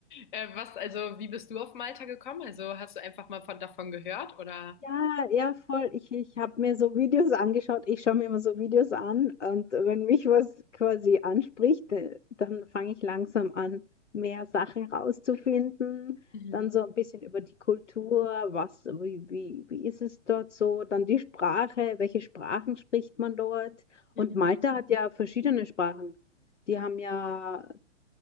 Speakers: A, on the left (about 40°); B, on the left (about 75°).
A: Äh, was, also, wie bist du auf Malta gekommen? Also, hast du einfach mal von, davon gehört oder?
B: Ja, ja, voll. Ich, ich habe mir so Videos angeschaut. Ich schaue mir immer so Videos an und wenn mich was quasi anspricht, äh, dann fange ich langsam an, mehr Sachen rauszufinden.
A: Mhm.
B: Dann so ein bisschen über die Kultur, was, wie, wie, wie ist es dort so? Dann die Sprache, welche Sprachen spricht man dort?
A: Mhm.
B: Und Malta hat ja verschiedene Sprachen. Die haben ja,